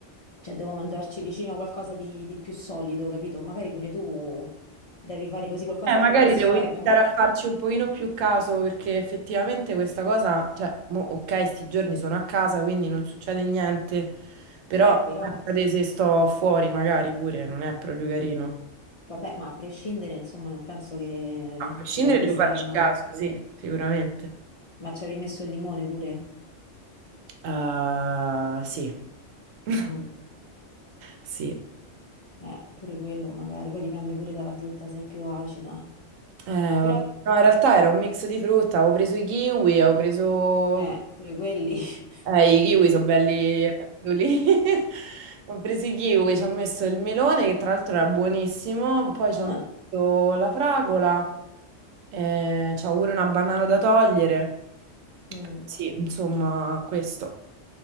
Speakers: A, on the left (about 40°); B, on the right (about 85°).
A: Cioè, devo mangiarci vicino qualcosa di, di più solido, capito? Magari pure tu devi fare così qualcosa
B: Eh,
A: tipo
B: magari
A: che assorbe.
B: devo iniziare
A: Mo...
B: a farci un pochino più caso perché effettivamente questa cosa, cioè, mo, ok, sti giorni sono a casa, quindi non succede niente, però
A: Beh, però,
B: pensate se sto fuori magari pure non è proprio carino.
A: vabbè, ma a prescindere, insomma, non penso che
B: A prescindere
A: ti va di
B: devo
A: stare
B: farci
A: male.
B: caso, sì, sicuramente.
A: Ma ci avevi messo il limone pure?
B: Eh, sì, <laughs>
A: Mm,
B: sì.
A: Eh, pure quello magari, poi dipende pure dalla frutta se è più acida.
B: Eh, vabbè.
A: Però,
B: No, in realtà era un mix di frutta, avevo preso i kiwi, avevo preso...
A: eh, pure quelli. <laughs>
B: Eh, i kiwi sono belli eh, lì. <laughs> Ho preso i kiwi, ci ho messo il melone, che tra l'altro era buonissimo, poi ci
A: Ah,
B: ho messo la fragola, eh, c'ho pure una banana da togliere.
A: mm.
B: Sì, insomma, questo.